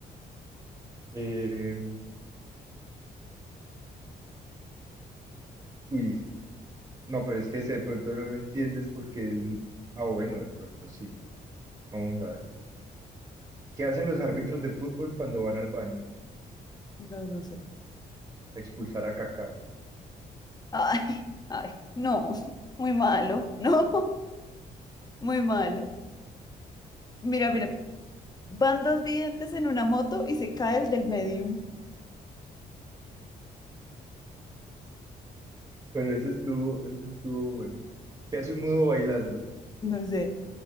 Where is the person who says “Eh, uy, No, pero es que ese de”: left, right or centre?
Right